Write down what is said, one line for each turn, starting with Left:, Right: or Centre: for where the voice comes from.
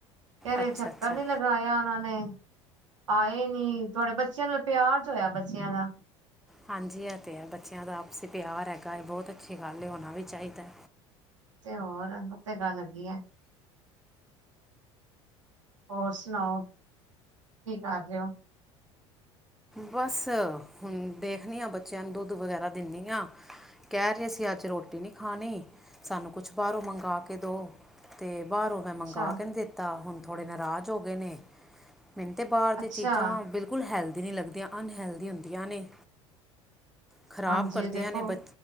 Right: ਕਦੇ
Centre: ਅੱਛਾ
Right: ਚੱਕਰ
Centre: ਅੱਛਾ
Right: ਨੀ ਲਗ ਲਾਏਆ ਓਨਾਂ ਨੇ, ਆਏ ਨੀ ਤੂਆਡੇ ਬੱਚੇਆਂ ਨਾਲ ਪੇਆਰ ਜੋ ਹੋਏਆ ਬੱਚਿਆਂ ਦਾ।
Centre: ਹਾਂਜੀ, ਐ ਤੇ ਹੈ, ਬੱਚੇਆਂ ਦਾ ਆਪਸੀ ਪਿਆਰ ਹੈਗੈ, ਬੋਤ ਅੱਛੀ ਗਾੱਲ ਏ, ਹੋਨਾ ਵੀ ਚਾਈਦੈ।
Right: ਤੇ ਹੋਰ ਉਹ ਤੇ ਗੱਲ ਹੈਗੀ ਐ। ਹੋਰ ਸੁਣਾਓ ਕੀ ਕਰ ਰਹੇ ਹੋ?
Centre: ਬਸ ਹੁਣ ਦੇਖਣੀ ਹਾਂ ਬੱਚਿਆਂ ਨੂੰ ਦੁੱਧ ਵਗੈਰਾ ਦਿੰਦੀ ਹਾਂ। ਕਹਿ ਰਹੇ ਸੀ ਅੱਜ ਰੋਟੀ ਨਹੀਂ ਖਾਣੀ ਸਾਨੂੰ ਕੁਛ ਬਾਹਰੋਂ ਮੰਗਾਵਾ ਕੇ ਦਉ। ਤੇ ਬਾਹਰੋਂ, ਮੈਂ ਮੰਗਵਾ
Right: ਅੱਛਾ
Centre: ਕੇ ਨੀ ਦਿੱਤਾ ਹੁਣ ਥੋੜੇ ਨਾਰਾਜ਼ ਹੋ ਗਏ ਨੇ ਮੈਨੂੰ ਤੇ ਬਾਹਰ ਦੀ
Right: ਅੱਛਾ
Centre: ਚੀਜ਼ਾਂ ਬਿਲਕੁਲ, ਬਿਲਕੁਲ ਹੈਲਥੀ ਨਹੀਂ ਲੱਗਦੀਆਂ ਅਨਹੈਲਦੀ ਹੁੰਦੀਆਂ ਨੇ। ਖ਼ਰਾਬ
Right: ਹਾਂਜੀ
Centre: ਕਰਦੀਆਂ
Right: ਦੇਖੋ
Centre: ਨੇ ਬ